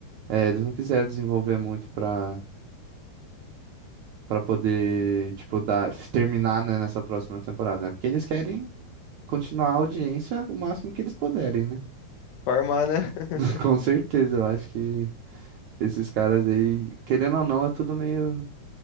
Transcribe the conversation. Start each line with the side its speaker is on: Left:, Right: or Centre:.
Right: É, eles não quiseram desenvolver muito pra, pra poder, tipo, dar, terminar, né, nessa próxima temporada, né? Porque eles querem continuar a audiência o máximo que eles puderem, né?
Left: Pra armar, né? <laughs>
Right: <laughs> Com certeza, eu acho que esses caras aí, querendo ou não, é tudo meio